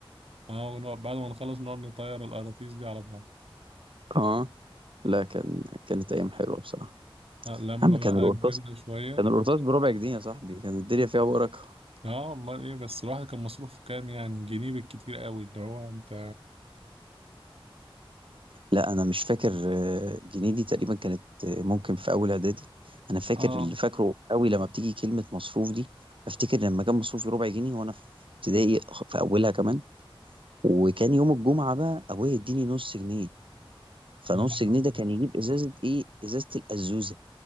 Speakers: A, on the right (about 85°); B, on the right (about 65°).
A: اه ونقعد بعد ما نخلص نقعد نطير القراطيس دي على بعض
B: اه لا كان كانت ايام حلوه بصراحه
A: آه لما
B: يا عم
A: بقى
B: كان القرطاس
A: كبرنا شوية
B: كان القرطاس بربع جنيه يا صاحبي كانت الدنيا فيها بركه
A: اه والله ايه بس الواحد كان مصروفه كام يعني جنيه بالكتير قوي اللي هو انت
B: لا انا مش فاكر آه، جنيه دي تقريبا كانت آه، ممكن في اول اعدادي انا فاكر
A: اه
B: اللي فاكره قوي لما بتيجي كلمه مصروف دي بفتكر لما كان مصروفي ربع جنيه وانا في ابتدائي أخ- في اولها كمان وكان يوم الجمعه بقى ابويا يديني نص جنيه فنص
A: آه،
B: جنيه ده كان يجيب ازازه ايه ازازه الازوزه